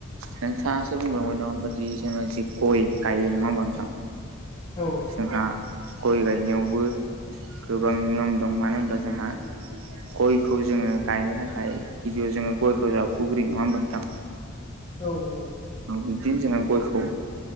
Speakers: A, on the right; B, on the left.
A: नोंथाङासो बुंलांबाय नङा होनबादि जोङो जि गय गायो नङा होमबा नोंथां।
B: औ।
A: जोंहा गय गायनायावबो गोबां नियम दं मानो होनबा जोंहा। गयखौ जोङो गायनो थाखाय गिबियाव जोङो गयखौ जाव उरि नङा होनबा नोंथां।
B: औ औ।
A: औ बिदिनो जोंङो गयखौ